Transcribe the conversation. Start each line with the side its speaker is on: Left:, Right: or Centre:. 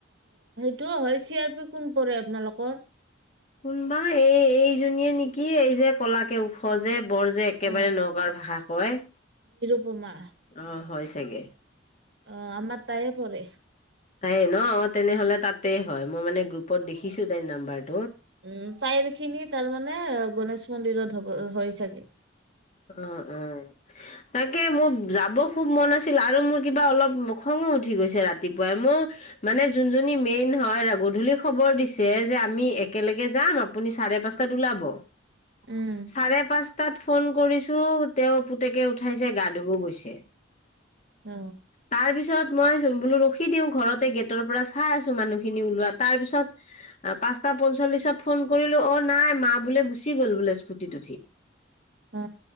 Right: টো হয় চি আৰ পি কোন পৰে আপোনালোকৰ
Left: কোনবা এই এইজনীয়ে নেকি এই যে কলাকে ওখ যে বৰ যে একেবাৰে
Right: অ
Left: নগাঁৱৰ ভাষা কয়।
Right: উপমা
Left: অ হয় চাগে
Right: অ আমাৰ তাইে পৰে
Left: তাই ন তেনেহ'লে তাতেই হয় মই মানে গ্ৰুপত দেখিছো তাইৰ নাম্বাৰটো
Right: উম পাইৰ খিনি তাৰমানে গণেশ মন্দিৰত হব হয় চাগে
Left: অ অ তাকে মোৰ যাব খুব মন আছিল আৰু মোৰ কিবা অলপ খঙো উঠি গৈছে ৰাতিপুৱাই মোৰ মানে যোনজনী মেইন হয় গধূলি খবৰ দিছে যে আমি একেলগে যাম আপুনি চাৰে পাঁচটাত ওলাব
Right: উম
Left: চাৰে পাঁচ তাত ফোন কৰিছো তেওঁ পুতেকে উঠাইছে গা ধুবও গৈছে
Right: অ
Left: তাৰ পিছত মই বোলো ৰখি দিওঁ ঘৰতে গেটৰ পৰা চাই আছো মানুহখিনি ওলোৱা তাৰ পিছত পাঁচটা পঞ্চল্লিশত ফোন কৰিলো অ নাই মা বোলে গুচি গ'ল বোলে স্কুটিত উঠি।
Right: অ